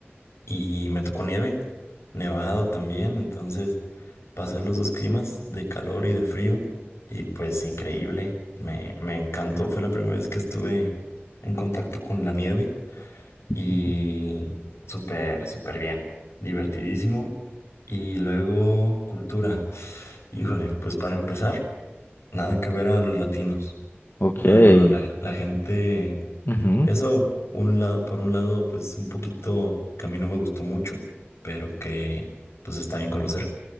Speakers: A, on the left; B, on the left.
A: y me tocó nieve, nevado también, entonces pasé los dos climas de calor y de frío y pues increíble, me, me encantó, fue la primera vez que estuve en contacto con la nieve
B: ujú,
A: y súper, súper bien, divertidísimo y luego cultura, híjole, pues para empezar, nada que ver a los latinos,
B: ok,
A: no, no, no, la, la gente...
B: ujú,
A: Eso, un lado, por un lado, pues un poquito que a mí no me gustó mucho, pero que pues está bien conocer,